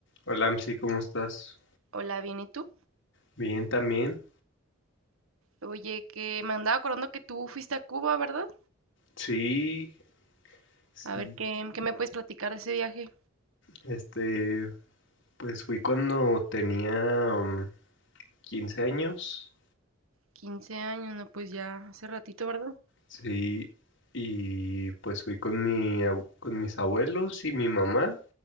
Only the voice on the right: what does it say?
Hola, bien, ¿y tú?
Oye, que me andaba acordando que tú fuiste a Cuba, ¿verdad?
A ver, ¿qué, qué me puedes platicar de ese viaje?
15 años, no, pues ya hace ratito, ¿verdad?